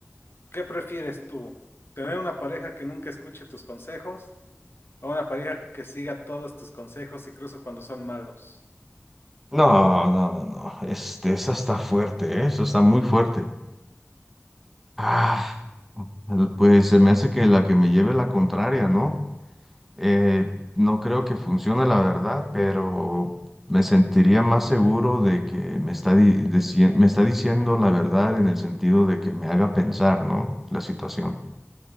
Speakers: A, on the left (about 50°); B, in the centre.
A: ¿Qué prefieres tú? ¿Tener una pareja que nunca escuche tus consejos o una pareja que siga todos tus consejos, incluso cuando son malos?
B: No, no, no, no. Este, esa está fuerte, ¿eh? Esa está muy fuerte. Ah, el- pues se me hace que la que me lleve la contraria, ¿no? Eh, no creo que funcione la verdad, pero me sentiría más seguro de que me está, di- deci- me está diciendo la verdad en el sentido de que me haga pensar, ¿no? La situación.